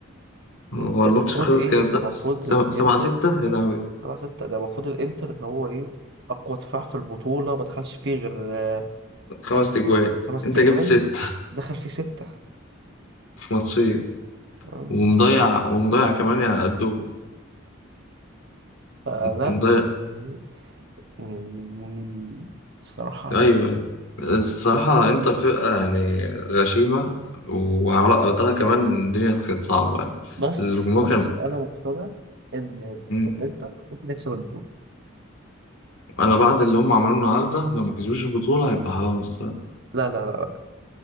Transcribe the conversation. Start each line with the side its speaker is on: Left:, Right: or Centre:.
Left: هو
Right: ده
Left: الماتش
Right: المفروض
Left: خلص
Right: ايه
Left: كام
Right: ده
Left: س-
Right: المفروض
Left: سبعة
Right: الانتر
Left: سبعة ستة يا لهوي
Right: سبعة ستة ده المفروض الانتر اللي هو ايه اقوى دفاع في البطولة ما دخلش فيه غير آه،
Left: خمس
Right: خمس
Left: تجوان
Right: خمس
Left: أنت
Right: تجوان
Left: جبت ستة
Right: دخل فيه ستة
Left: <laughs> في ماتشين
Right: تمام
Left: ومضيع ومضيع كمان يعني قدهم
Right: فلا
Left: مضيع
Right: يعني يعني الصراحة
Left: ايوه ايوه الصراحة انتر فرقة يعني غشيمة وعلى ارضها كمان الدنيا كانت صعبة يعني
Right: بس
Left: الجمهور
Right: بس
Left: كان
Right: أنا مقتنع إن
Left: مم.
Right: إنتر هتكسب البطولة
Left: انا بعد اللي هم عملوه النهاردة لو ما كسبوش البطولة هيبقى حرام الصراحة
Right: لا لا لا لا